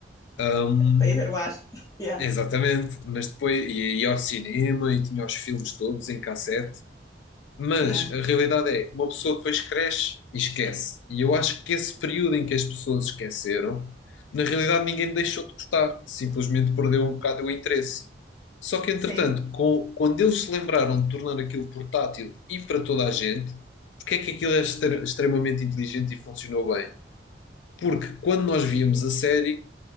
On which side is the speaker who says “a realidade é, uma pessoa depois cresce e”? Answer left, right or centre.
Left